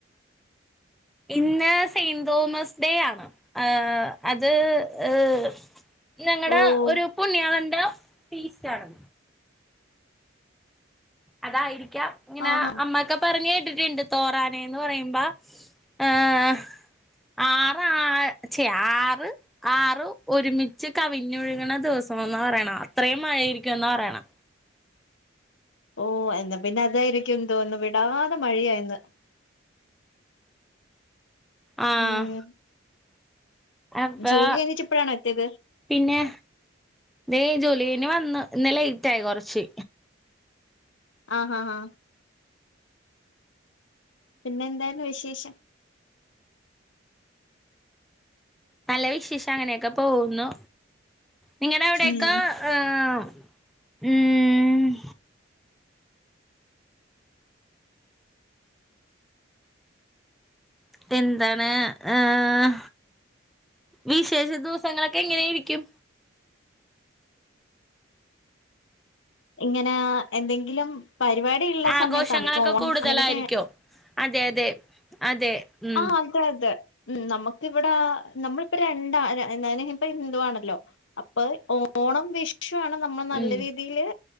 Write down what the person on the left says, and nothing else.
ഓഹ്
ആഹാ
ഓ എന്നാ പിന്നെ അതായിരിക്കും തോന്നുന്നു വിടാതെ മഴിയായിന്ന്
ഉം
ജോലി കഴിഞ്ഞിട്ട് ഇപ്പഴാണോ എത്തിയത്
ആഹ് ആഹ് ആഹ് പിന്നെ എന്തായ്രുന്നു വിശേഷം
ഉം
ഇങ്ങനെ എന്തെങ്കിലും പരിപാടി ഉള്ള
സമയത്താണ് ഓണം
അങ്ങനെയൊക്കെ
ആഹ് തെഅതെ ഉം നമ്മക്കിവിടാ നമ്മളിപ്പ രണ്ടാ ര ഞ ഞാനിപ്പ ഹിന്ദു ആണല്ലോ അപ്പൊ ഓണം വിഷുവാണ് നമ്മൾ നല്ല
രീതിയില്